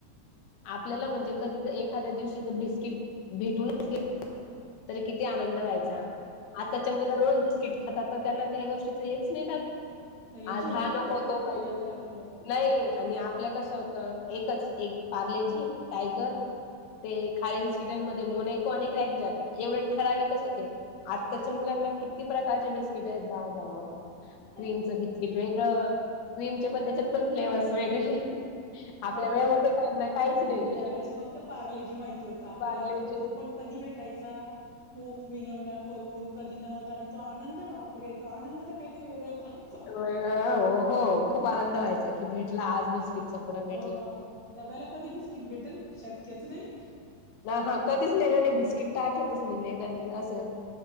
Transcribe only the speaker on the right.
हम्म
छोट्या
छोट्या
गोष्टी
होत्या आपल्या
हं.
तर
त्या
त्यावेळेस फक्त पार्ले जी माहिती होत आप आपल्याला
तो पण कधी भेटायचा खूप विनविन्या करून कधी नव्हत आणि तो आनंद बापरे तो आनंद तर काहीतर वेगळाच राहायचा.
हो आज डब्याला कधी बिस्किट भेटेल शक्यच नाही